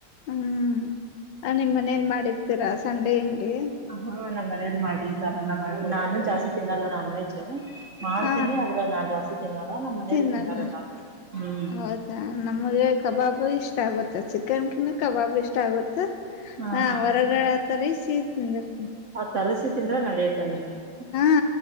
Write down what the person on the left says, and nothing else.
ಹ್ಮ್ ನಿಮ್ಮ ಮನೇನ್ ಮಾಡಿರ್ ಸರ ಸಂಡೇ ಅಂಗೇ
ಹ
ತಿನ್ನಲ್ಲ
ಹೌದಾ ನಮಗೆ ಕಬಾಬ್ ಇಷ್ಟ ಇಷ್ಟ ಆಗುತ್ತೆ ಚಿಕನ್ಕಿನ ಕಬಾಬ್ ಇಷ್ಟ ಆಗುತ್ತ
ಹ
ಹೊರಗಡೆ ತರಿಸೀ ತಿಂದಿರ್ತೀನು
ಹ